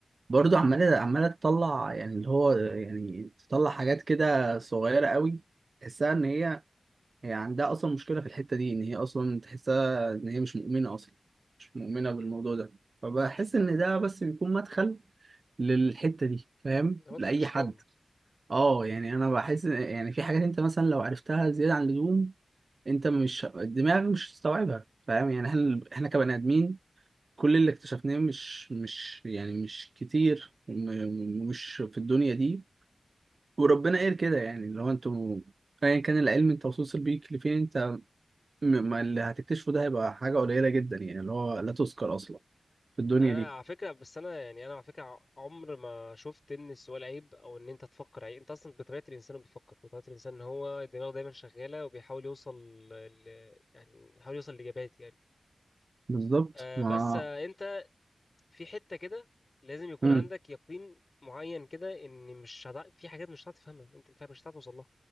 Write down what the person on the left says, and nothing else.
ده مدخل
الشيطان
انا
على فكره بس انا يعني انا على فكره ع- عمر ما شفت ان السؤال عيب او ان انت تفكر عيب انت اصلا بطبيعه الانسان بيفكر بطبيعه الانسان ان هو دماغه دايما شغاله وبيحاول يوصل ل... يعني يحاول يوصل لاجابات يعني
آه
بس آه انت في حته كده لازم يكون
عندك يقين معين كده ان مش هتع... في حاجات مش هتعرف تفهمها انت مش فاهم- مش هتعرف توصل لها